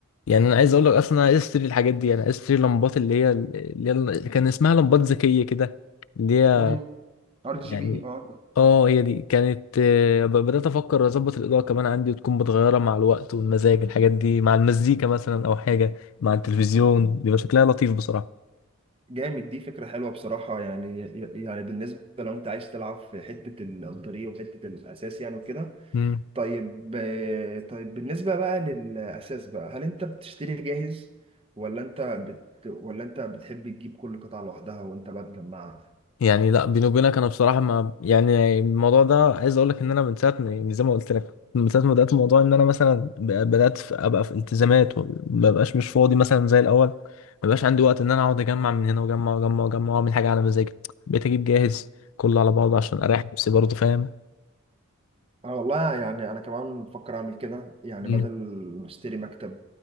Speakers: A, on the left; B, on the right.
A: يعني انا عايز اقول لك اصلا انا عايز اشتري الحاجات دي انا عايز اشتري لمبات اللي هي اللي هي اللي كان اسمها لمبات ذكيه كده اللي هي
B: امم ار
A: يعني
B: جي بي اه
A: اه هي دي كانت آه، ب- بدأت أفكر أظبط الإضاءة كمان عندي وتكون متغيرة مع الوقت والمزاج الحاجات دي مع المزيكا مثلا أو حاجة مع التلفزيون بيبقى شكلها لطيف بصراحة
B: جامد دي فكره حلوه بصراحه يعني يعني بالنسبه لو انت عايز تلعب في حته الطريق وحته الاساس يعني وكده
A: مم.
B: طيب آه، طيب بالنسبه بقى للاساس بقى هل انت بتشتري جاهز ولا انت بت... ولا انت بتحب تجيب كل قطعه لوحدها وانت بقى تجمعها
A: يعني لا بيني وبينك أنا بصراحة ما يعني الموضوع ده عايز أقول لك إن أنا من ساعة ما- يعني زي ما قلت لك من ساعة ما بدأت الموضوع إن أنا مثلا ب- بدأت في- أبقى في التزامات وما بقاش مش فاضي مثلا زي الأول ما بقاش عندي وقت إن أنا أقعد أجمع من هنا وأجمع وأجمع وأجمع وأعمل حاجة على مزاجي بقيت أجيب جاهز كله على بعضه عشان أريح نفسي برضه فاهم
B: انا والله يعني انا كمان بفكر اعمل كده يعني
A: مم.
B: بدل ما اشتري مكتب